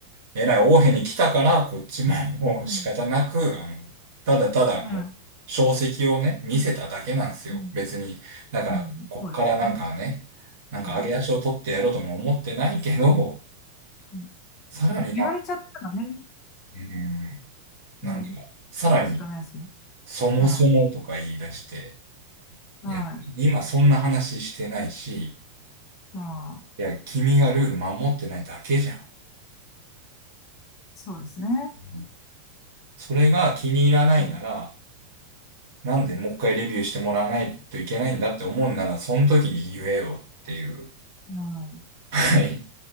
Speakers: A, on the right (about 55°); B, on the left (about 35°).
A: えらい大変に来たから、こっちももう仕方なく、
B: い。はい。
A: あの、ただただもう、
B: は
A: 証跡をね、見せただけなんですよ。
B: い。うん。
A: 別に。だから、
B: うんそうですね。
A: こっからなんかね、なんか上げ足を取ってやろうとも思ってないけど、
B: はい。うん
A: さらにな、
B: まあ、言われちゃったらね、
A: うん、なんか、
B: うん。
A: さらに
B: やるしかないですね。
A: そもそもとか言い出して、
B: はい。
A: いや、
B: はい。
A: 今そんな話してないし、
B: まあ、
A: いや、君がルール守ってないだけじゃん。
B: そうですね。
A: うんそれが気に入らないなら、
B: うん。
A: なんでもう一回レビューしてもらわないといけないんだって思うなら、その時に言えよっていう、
B: うん
A: はい